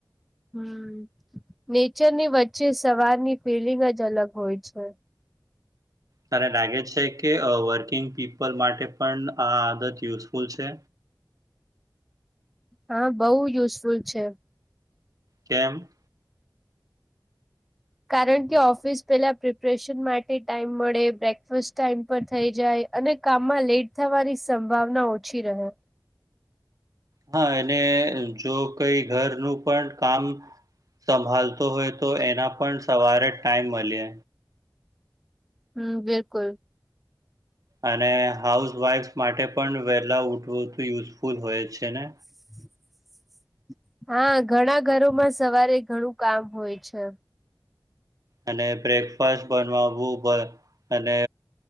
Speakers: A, in the centre; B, on the right.
A: હમમ નેચર ની વચ્ચે સવારની ફિલિંગ જ અલગ હોય છે.
B: તારે લાગે છે કે વર્કિંગ પીપલ માટે પણ આ આદત યુઝફુલ છે.
A: હા બઉ યુઝફુલ છે.
B: કેમ?
A: કારણ કે ઓફિસ પેલા પ્રિપરેશન માટે ટાઇમ મળે, બ્રેકફાસ્ટ ટાઈમ પર થઈ જાય અને કામમાં લેટ થવાની સંભાવના ઓછી રહે.
B: હા એને જો કઈ ઘરનું પણ કામ સંભાલતો હોય તો એના પણ સવારે ટાઈમ મળે.
A: હમમ બિલકુલ.
B: અને હાઉસ વાઈફ માટે પણ વહેલા ઉઠવું તો યુઝફુલ હોય છે ને.
A: <inaudible> હા ઘણા ઘરોમાં સવારે ઘણું કામ હોય છે.
B: અને બ્રેકફાસ્ટ બનાવવુ અને